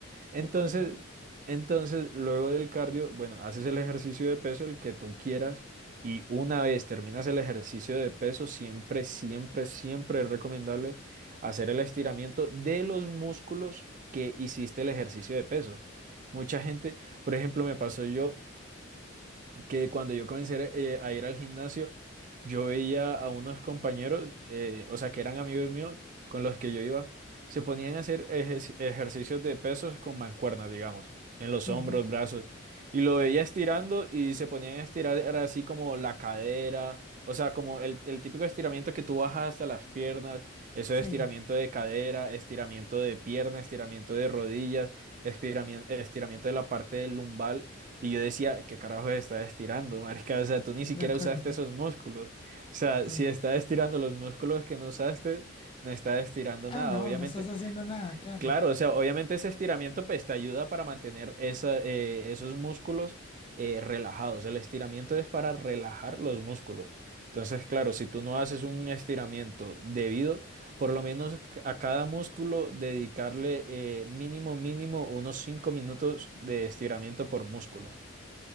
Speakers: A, on the right (about 40°); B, on the left (about 25°).
A: Entonces,
B: de acuerdo,
A: entonces, luego del cardio, bueno, haces el ejercicio de peso, el que tú quieras, y una vez terminas el ejercicio de peso, siempre, siempre, siempre es recomendable hacer el estiramiento de los músculos que hiciste el ejercicio de peso. Mucha gente, por ejemplo, me pasó yo que cuando yo comencé eh, a ir al gimnasio, yo veía a unos compañeros, eh, o sea, que eran amigos míos con los que yo iba, se ponían a hacer ejerci- ejercicios de pesos con mancuernas, digamos, en los
B: ujú,
A: hombros, brazos, y lo veía estirando y se ponían a estirar era así como la cadera, o sea, como el, el típico estiramiento que tú bajas hasta las piernas, eso
B: sí,
A: es estiramiento de cadera, estiramiento de pierna, estiramiento de rodillas, estiramiento, estiramiento de la parte lumbar y yo decía, ¿qué carajo está estirando, marica? O sea, tú ni siquiera
B: de acuerdo,
A: usaste esos músculos. O sea,
B: sí.
A: si estás estirando los músculos que no usaste, no estás estirando
B: Ah,
A: nada,
B: no,
A: obviamente.
B: no estás haciendo nada, claro.
A: Claro, o sea, obviamente ese estiramiento pues te ayuda para mantener esa, eh, esos músculos eh, relajados. El estiramiento es para relajar los músculos. Entonces, claro, si tú no haces un estiramiento debido, por lo menos a cada músculo dedicarle eh, mínimo, mínimo unos 5 minutos de estiramiento por músculo.